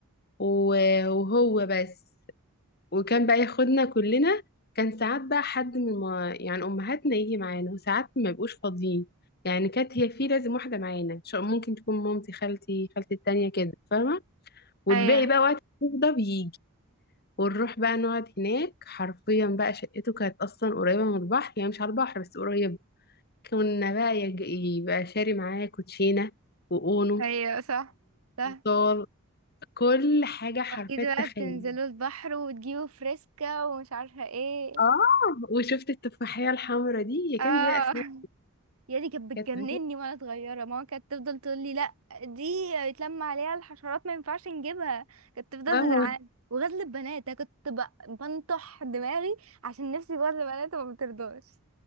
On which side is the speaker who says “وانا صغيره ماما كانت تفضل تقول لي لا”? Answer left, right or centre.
Right